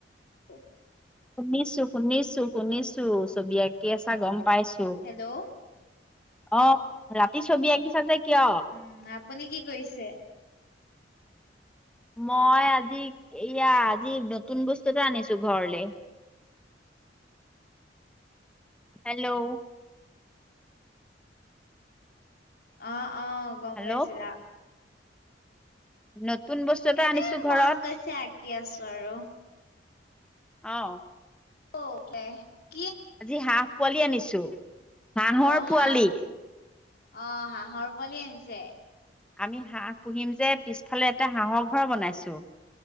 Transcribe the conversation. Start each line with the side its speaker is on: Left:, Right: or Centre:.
Left: ত
Centre: শুনিছো শুনিছো শুনিছো ছবি আঁকি আছা গম পাইছোঁ।
Left: হেল্ল'
Centre: অ' ৰাতি ছবি আকিছা যে কিয়?
Left: উম, আপুনি কি কৰিছে?
Centre: মই আজি এয়া আজি নতুন বস্তু এটা আনিছো ঘৰলে, হেলো!
Left: অ' অ' গম
Centre: হেল্ল'
Left: পাইছো <unintelligible>
Centre: <unintelligible> এটা
Left: এনেই
Centre: আনিছো ঘৰত
Left: মন গৈছে <unintelligible> আছোঁ আৰু।
Centre: অ'।
Left: <unintelligible>
Centre: আজি হাঁহ পোৱালি আনিছোঁ। <unintelligible> হাঁহৰ
Left: অ হাঁহ
Centre: পোৱালি।
Left: অ, হাঁহৰ পোৱালি আনিছে?
Centre: আমি হাঁহ পুহিম যে পিছফালে এটা হাঁহৰ ঘৰ বনাইছো।